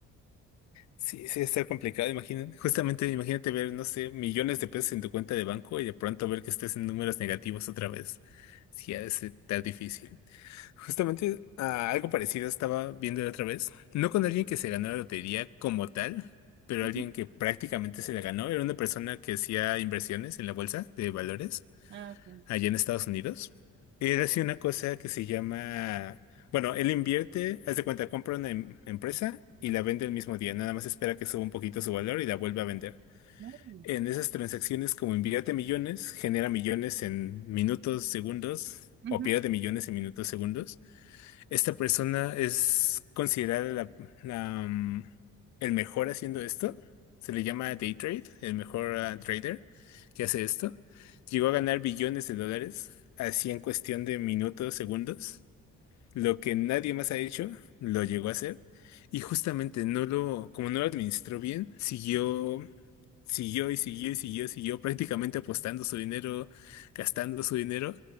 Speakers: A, on the left; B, on the right.
A: Sí, sí, está complicado, imagínate. Justamente, imagínate ver, no sé, millones de pesos en tu cuenta de banco y de pronto ver que estés en números negativos otra vez. Sí, ha de ser tan difícil. Justamente, ah, algo parecido estaba viendo la otra vez. No con alguien que se ganó la lotería como tal, pero
B: Ujú.
A: alguien que prácticamente se la ganó. Era una persona que hacía inversiones en la bolsa de valores
B: Ah, ok.
A: allá en Estados Unidos. Él hace una cosa que se llama, bueno, él invierte, haz de cuenta, compra una em- empresa y la vende el mismo día, nada más espera que suba un poquito su valor y la vuelve a vender.
B: Uy.
A: En esas transacciones, como invierte millones, genera millones en minutos, segundos,
B: Ujú.
A: o pierde millones en minutos, segundos esta persona es considerada la, la, mm, el mejor haciendo esto. Se le llama day trade, el mejor ah, trader que hace esto. Llegó a ganar billones de dólares, así en cuestión de minutos, segundos. Lo que nadie más ha hecho, lo llegó a hacer. Y justamente no lo, como no lo administró bien, siguió, siguió y siguió y siguió, siguió prácticamente apostando su dinero, gastando su dinero,